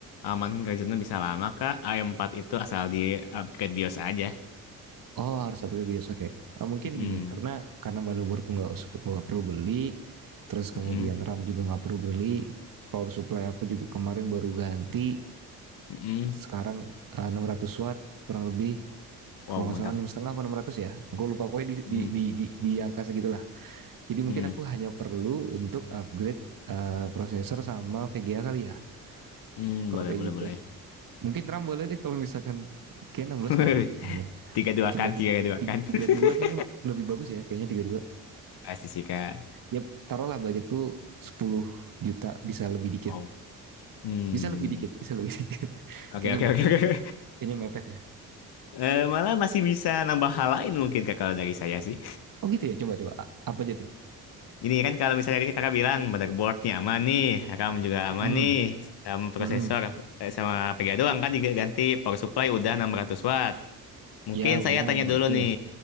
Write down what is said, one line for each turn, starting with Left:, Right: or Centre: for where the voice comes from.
Left: Aman Ryzennya bisa lama Kak. am empat itu asal di upgrade BIOS aja.
Right: Oh harus upgrade biasa kayak eh, mungkin
Left: Hmm,
Right: gini karena karena motherboardku nggak usah- nggak perlu beli, terus
Left: hmm,
Right: kemudian RAM juga nggak perlu beli, power supply aku juga kemarin baru ganti,
Left: hmm,
Right: sekarang eh, 600 watt kurang lebih
Left: Wow
Right: kalau nggak
Left: mantap.
Right: salah enam setengah apa 600 ya, aku lupa pokoknya di
Left: Hmm,
Right: di di di, di angka segitulah. Jadi mungkin
Left: hmm,
Right: aku hanya perlu untuk upgrade eh, prosesor sama VGA kali ya,
Left: hmm,
Right: kalau
Left: boleh
Right: kayak
Left: boleh
Right: gitu.
Left: boleh.
Right: Mungkin RAM boleh deh kalau misalkan kayak 16
Left: <laughs>
Right: udah meledak deh
Left: Tiga dua
Right: tiga
Left: kan,
Right: dua
Left: tiga dua kan. <laughs>
Right: tiga dua kayaknya lebih bagus ya kayaknya tiga dua
Left: Pasti sih Kak.
Right: ya taruhlah budgetku sepuluh juta bisa lebih dikit
Left: Wow. Hmm.
Right: bisa lebih dikit bisa lebih dikit <laughs>
Left: Oke,
Right: kayaknya
Left: oke,
Right: mepet
Left: oke,
Right: ya
Left: oke.
Right: kayaknya mepet ya
Left: Eh, malah masih bisa nambah hal lain mungkin Kak kalau dari saya sih.
Right: oh gitu ya coba coba apa aja tuh
Left: Ini kan kalau misalnya tadi Kakak bilang motherboardnya aman nih, RAM juga aman
Right: hmm,
Left: nih, sama prosesor
Right: hmm.
Left: eh, sama VGA doang kan diganti power supply udah 600 watt. Mungkin
Right: ya udah
Left: saya tanya
Right: nomor
Left: dulu
Right: ratus
Left: nih.